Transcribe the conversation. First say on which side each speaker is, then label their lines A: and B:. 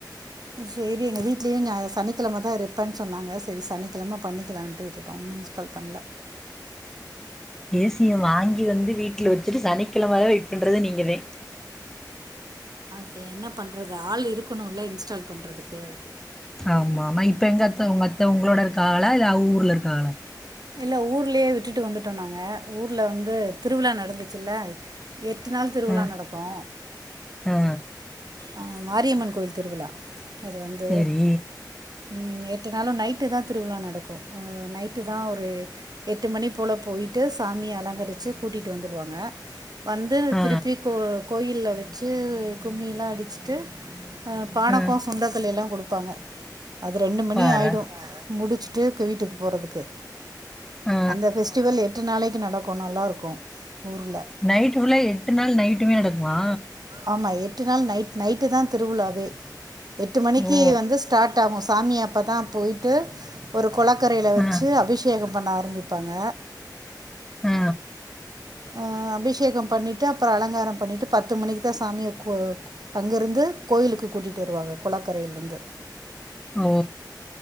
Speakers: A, on the right; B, in the centre.
A: ம் சேரி எங்க வீட்லயு நியா சனிக்கிழமதா இருப்பேன்னு சொன்னாங்க செரி சனிக்கிழம பண்ணிக்கலான்ட்டு விட்டுட்டோ இன்னு இன்ஸ்டால் பண்ல
B: ஏ சிய வாங்கி வந்து வீட்ல வச்சுட்டு சனிக்கிழம வர வெயிட் பண்றது நீங்கதே
A: ஓகே என்ன பண்ணுறது ஆள் இருக்குணுல்ல இன்ஸ்டால் பண்றதுக்கு
B: ஆமா ஆமா இப்ப எங்கத்த உங்க அத்த உங்களோட இருக்காகளா இல்ல அவுங்க ஊர்ல இருக்காகளா
A: இல்ல ஊர்லயே விட்டுட்டு வந்துட்டோ நாங்க ஊர்ல வந்து திருவிழா நடந்துச்சுல்ல எட்டு நாள் திருவிழா
B: ஆ
A: நடக்கூ
B: ஆ
A: அ மாரியம்மன் கோயில் திருவிழா அது வந்து
B: செரி
A: ம் எட்டு நாளு நைட்டுதா திருவிழா நடக்கூ ம் நைட்டுதா ஒரு எட்டு மணி போல போயிட்டு ஸ் சாமிய அலங்கரிச்சு கூட்டிட்டு வந்துருவாங்க வந்து
B: ஆ
A: திருப்பி கோ கோயில்ல வெச்சு கும்மியெல்லா அடிச்சுட்டு அ பானக்கோ
B: ஆ
A: சுண்டக்கல்லை எல்லா குடுக் ப்பாங்க அது ரெண்டு மணி
B: பார்றா
A: ஆயிடூ முடிச்சு ட்டு வீட்டுக்கு போறதுக்கு
B: ஆ
A: அந்த ஃபெஸ்டிவல் எ ட்டு நாளைக்கு நடக்கு நல்லாருக்கும் ஊர்ல
B: நைட்டு ஃபுல்லா எட்டு நாள் நைட்டுமே நடக்குமா?
A: ஆமா எட் ட்டுநாள் நைட் நைட்டு தா திருவிழாவே எட்டு மணிக்கி
B: ஓ
A: வந்து ஸ்டார்ட் ஆகு சாமி அப்பதா போய்ட் ட்டு ஒரு கொளக்கரைல வச்சி
B: ஆ
A: அபிஷேகம் பண்ண ஆரம்பிப்பாங்க
B: ஆ
A: அ அபிஷேகம் பண்ணிட்டு அப்பறோ அலங்காரம் பண்ணிட்டு பத்து மணிக்கு தா சாமிய கு அங்கருந்து கோயிலுக்கு கூட்டிட்டு வருவாங்க கொளக்கரையிலருந்து
B: ஓ